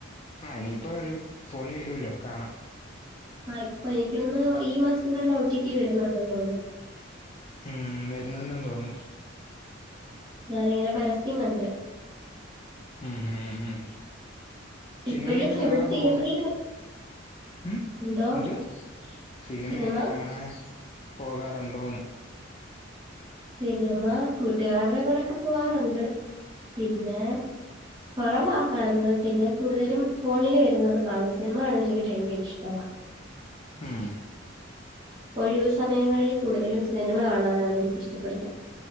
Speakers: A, on the left (about 30°); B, on the right (about 25°).
A: ആഹ് ഇനിയിപ്പൊ വരും ഫോണി വരുവല്ലോ?, കാണാം.
B: ആഹ് ഇപ്പൊ എനിക്ക് തോന്നണ്, ഈ മാസം തന്നെ ഒ. ടി. ടി വരുന്നുണ്ടെന്ന് തോന്നുന്നു.
A: ഉം, വരുന്നുണ്ടെന്ന് തോന്നുന്നു
B: ഞാനിങ്ങനെ പരസ്യം കണ്ട്.
A: ഉം ഹ് ഹും, സിനിമയൊക്കെ
B: ഇപ്പോഴും
A: കാണാറൊള്ളോ?
B: ഇവിടെ തിയേറ്ററിൽ
A: ഉം
B: എന്തോ
A: എന്ത്? സിനിമയൊക്കെ
B: സിനിമ
A: കാണാൻ പോകാറുണ്ടോന്ന്?
B: സിനിമ, കൂട്ടുകാരുടെ കൂടൊക്കെ പോവാറുണ്ട്. പിന്നെ കൊറവാ കാണുന്നത്, പിന്നെ കൂടുതലും ഫോണില് വരുന്നത് കാണും. സിനിമ കാണുന്നത് എനിക്ക് ഭയങ്കര ഇഷ്ട്ടവാ
A: ഉം.
B: ഒഴിവു സമയങ്ങളിൽ കൂടുതലും, സിനിമ കാണാനാണ് എനിക്കിഷ്ട്ടപ്പെടുന്നത്.